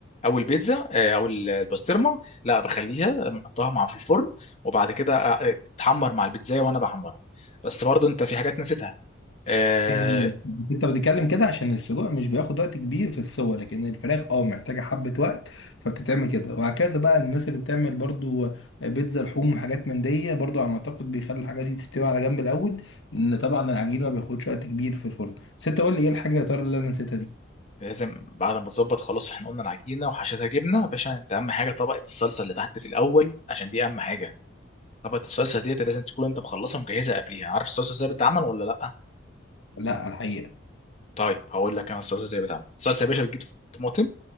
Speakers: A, on the left (about 35°); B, on the left (about 75°).
A: او البيتزا آه، او البسطرمه لا بخليها بحطها مع في الفرن وبعد كده آه، تتحمر مع البيتزاية وانا بحمرها بس برضو انت في حاجات نسيتها آه
B: ال- انت بتتكلم كده عشان السجق مش بياخد وقت كبير في السوى لكن الفراخ اه محتاجه حبه وقت فبتتعمل كده وهكذا بقى الناس اللي بتعمل برضو بيتزا لحوم وحاجات من دي برضو على ما اعتقد بيخلوا الحاجات دي تستوي على جنب الاول لان طبعا العجين ما بياخدش وقت كبير في الفرن بس انت قول لي ايه الحاجه يا ترى اللي انا نسيتها دي
A: لازم بعد ما تظبط خلاص احنا قلنا العجينه وحشتها جبنه يا باشا انت اهم حاجه طبقه الصلصه اللي تحت في الاول عشان دي اهم حاجه طبقه الصلصه ديت لازم تكون انت مخلصها مجهزها قبليها عارف الصلصه ازاي بتتعمل ولا لا
B: لا الحقيقه
A: طيب هقول لك انا الصلصه ازاي بتتعمل الصلصه يا باشا بتجيب طماطم